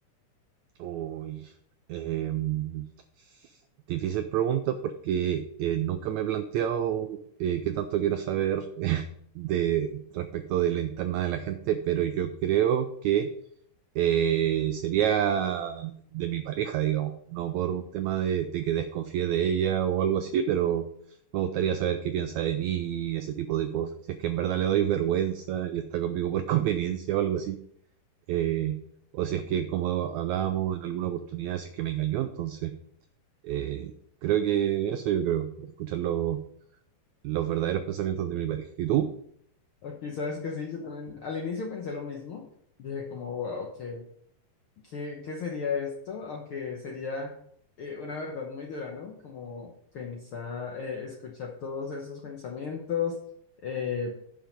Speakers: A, on the right; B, on the left.
A: Uy, em, difícil pregunta porque eh, nunca me he planteado eh, qué tanto quiero saber <laughs> de respecto de la interna de la gente, pero yo creo que eh, sería de mi pareja, digamos, no por un tema de, de que desconfíe de ella o algo así, pero me gustaría saber qué piensa de mí, ese tipo de cosas, si es que en verdad le doy vergüenza y está conmigo por <laughs> conveniencia o algo así. eh, o si es que, como hablábamos en alguna oportunidad, si es que me engañó, entonces eh, creo que eso yo creo, escuchar los, los verdaderos pensamientos de mi pareja. ¿Y tú?
B: Ok, sabes que sí, yo también al inicio pensé lo mismo. Dije como, wow, ¿qué, qué, qué sería esto? Aunque sería eh, una verdad muy dura, ¿no? Como pensar, eh, escuchar todos esos pensamientos, eh,